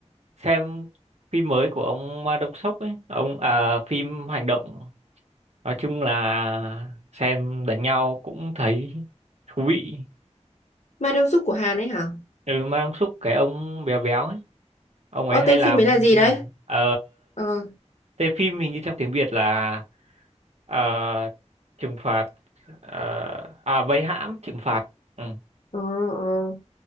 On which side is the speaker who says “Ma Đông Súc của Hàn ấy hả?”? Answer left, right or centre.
Left